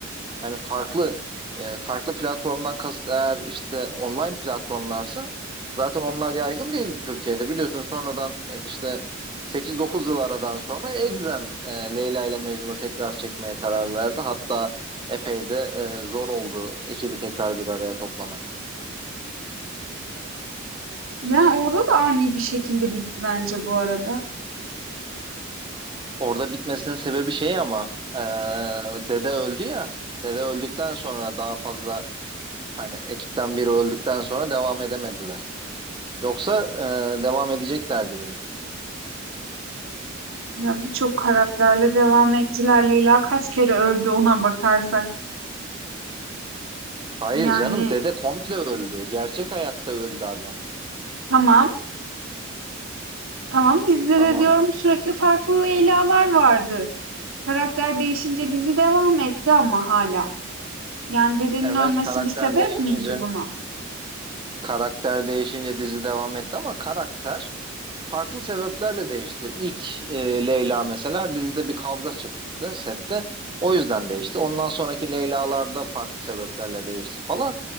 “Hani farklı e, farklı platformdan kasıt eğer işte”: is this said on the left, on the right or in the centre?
Right